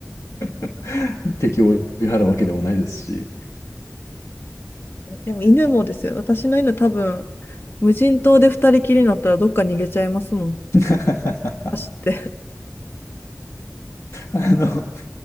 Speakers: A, on the left (about 65°); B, on the left (about 40°).
A: <laughs> 敵を追い払うわけでもないですし、
B: でも犬もですよ、
A: はい
B: 私の犬多分、無人島で二人きりになったらどっか逃げちゃいますもん。
A: <laughs>
B: 走って。
A: あの、